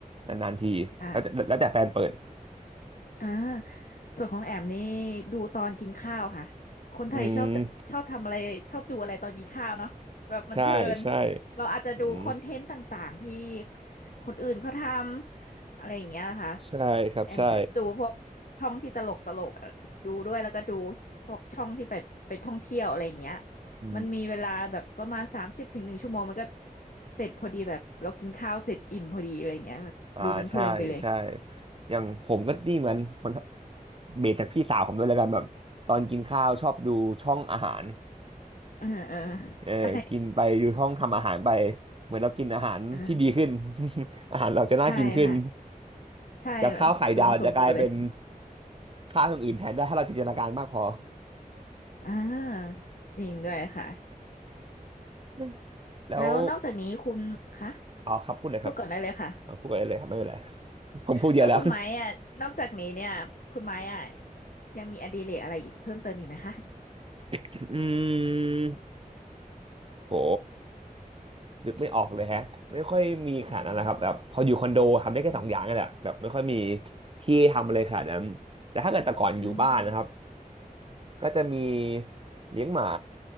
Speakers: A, on the right (about 40°); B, on the left (about 65°).
A: นานๆทีแล้วแต่แล้วแต่แฟนเปิด
B: ค่ะ อ่าส่วนของแอมนี่ดูตอนกินข้าวค่ะ
A: <laughs>
B: คนไทยชอบชอบทำอะไรชอบดูอะไรตอนกินข้าวเนาะแบบมันเพลิน
A: อืมใช่ใช่
B: เราอาจจะดูคอนเทนต์ต่างๆที่
A: อืม
B: คนอื่นเขาทำอะไรอย่างเงี้ยค่ะ
A: ใช่ครับใช่
B: แอมชอบดูพวกช่องที่ตลกตลกดูด้วยแล้วก็ดูพวกช่องที่ไปไปท่องเที่ยวอะไรอย่างเงี้ย
A: อื
B: มันมีเวลาแบบประมาณสามสิบถึงหนึ่งชั่วโมงมันก็เสร็จพอดีแบบเรากินข้าวเสร็จอิ่มพอดีอะไรอย่างเงี้ยค่ะดูมันเพลินไปเลย
A: อ่าใช่ใช่อย่างผมก็นี่เหมือนคนเบสจากพี่สาวผมด้วยแล้วกันแบบตอนกินข้าวชอบดูช่องอาหาร
B: เออเออ
A: เออกินไปดูช่องทำอาหารไป
B: ใช่
A: เหมือนเรากินอาหารที่ดีขึ้น
B: อ่า
A: <laughs> อาหารเราจะน่ากินขึ้น
B: ใช่ค่ะใช่แล้วอุดมสมบูรณ์เลย
A: จากข้าวไข่ดาวจะกลายเป็นข้าวอย่างอื่นแทนได้ถ้าเราจินตนาการมากพอ
B: อ่าจริงด้วยค่ะ
A: <laughs> แล้ว
B: แล้วนอกจากนี้คุณคะ
A: อ๋อครับพูดเลยครับ
B: พูดก่อนได้เลยค่ะ
A: เอาพูดอะไรเลยครับไม่เป็นไร <laughs> ผมพูดเยอะแล้ว
B: แล้วคุณไม้อ่ะนอกจากนี้เนี่ยคุณไม้อ่ะยังมีอดิเรกอะไรอีกเพิ่มเติมอีกไหมคะ
A: อืม <laughs> โห นึกไม่ออกเลยแฮะไม่ค่อยมีขนาดนั้นนะครับแบบพออยู่คอนโดทำได้แค่สองอย่างนั่นแหละแบบไม่ค่อยมี
B: อืมอืม
A: ที่ทำอะไรขนาดนั้นแต่ถ้าเกิดแต่ก่อนอยู่บ้านนะครับ
B: อืม
A: ก็จะมีเลี้ยงหมา